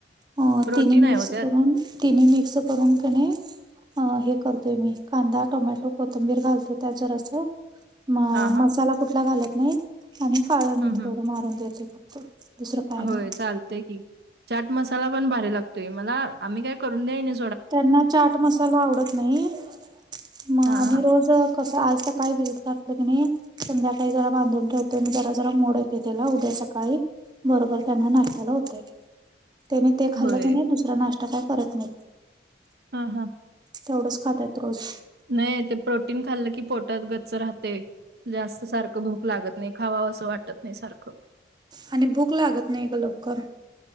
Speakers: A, on the right; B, on the right.
A: अ
B: प्रोटीन
A: तिन मिक्स
B: आहे हो त्यात.
A: करून, तिन मिक्स करून किनाय अ हे करतोय मी, कांदा, टोमॅटो, कोथंबीर, घालतो त्या जरासं म
B: हां हां.
A: मसाला कुठला घालत नाही आणि काळं मीठ
B: हं, हं.
A: तेवढं मारून द्यायचं फक्त. दुसरं काय
B: होय
A: नाही
B: चालते की, चाट मसाला पण भारी लागतोय मला आम्ही काय करून द्या न
A: त्यांना चाट मसाला आवडत नाही मग
B: हां,
A: आणि
B: हां.
A: रोज कसं, आज सकाळी भिजत घातलं की नाही संध्याकाळी जरा बांधून ठेवते मी, जरा जरा मोड येते त्याला उद्या सकाळी. बरोबर त्यांना नाश्त्याला होते. त्यांनी ते खाल्लं
B: होय.
A: की नाही दुसरा नाश्ता काय करत नाहीत.
B: हा, हा,
A: तेवढंच खातात रोज.
B: नाही ते प्रोटीन खाल्लं की पोटात गच्च राहते. जास्त सारखं भूक लागत नाही खावा असं वाटत नाही सारखं.
A: आणि भूक लागत नाही ग लवकर.